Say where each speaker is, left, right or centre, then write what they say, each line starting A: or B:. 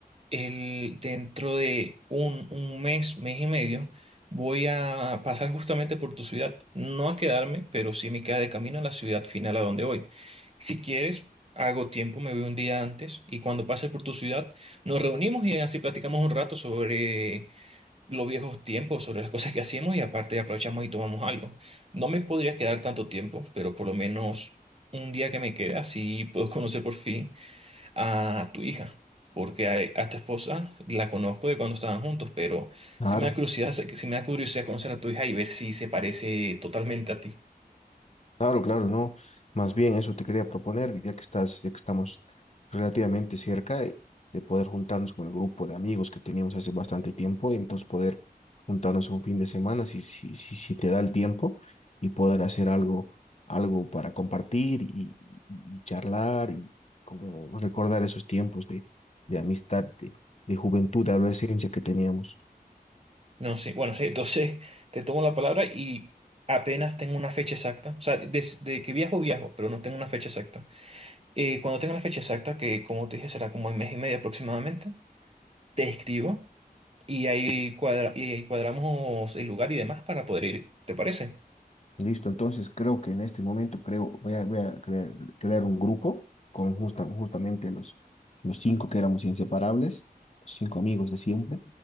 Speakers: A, on the right; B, on the left.
A: el, dentro de un, un mes, mes y medio, voy a pasar justamente por tu ciudad. No a quedarme, pero sí me queda de camino a la ciudad final a donde voy. Si quieres, hago tiempo, me voy un día antes y cuando pase por tu ciudad, nos reunimos y así platicamos un rato sobre los viejos tiempos, sobre las cosas que hacíamos y aparte aprovechamos y tomamos algo. No me podría quedar tanto tiempo, pero por lo menos un día que me queda, así puedo conocer por fin a tu hija, porque a, a tu esposa la conozco de cuando estaban juntos, pero
B: Claro.
A: sí me da curiosidad, sí me da curiosidad conocer a tu hija y ver si se parece totalmente a ti.
B: Claro, claro, no. Más bien eso te quería proponer, ya que estás, ya que estamos relativamente cerca de, de poder juntarnos con el grupo de amigos que teníamos hace bastante tiempo y entonces poder juntarnos un fin de semana si, si, si, si te da el tiempo y poder hacer algo, algo para compartir y, y y charlar y como recordar esos tiempos de, de amistad, de, de juventud, de adolescencia que teníamos.
A: No sé, bueno, <laughs> sí, entonces te tomo la palabra y apenas tengo una fecha exacta, o sea, desde que viajo, viajo, pero no tengo una fecha exacta. Eh, cuando tenga la fecha exacta, que como te dije será como en mes y medio aproximadamente, te escribo y ahí, cuadra- y ahí cuadramos el lugar y demás para poder ir. ¿Te parece?
B: Listo, entonces creo que en este momento creo, voy a, voy a crear, crear un grupo con justa- justamente los, los cinco que éramos inseparables, los cinco amigos de siempre.